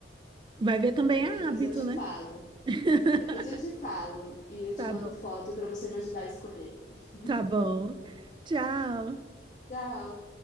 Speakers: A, on the right (about 25°); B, on the left (about 45°).
A: Vai ver também
B: Mas
A: é
B: depois
A: hábito,
B: eu te
A: né?
B: falo.
A: <laughs>
B: Depois eu te falo e eu te
A: Tá
B: mando
A: bom,
B: foto para você me ajudar a escolher. <laughs>
A: tá bom. Tchau.
B: Tchau.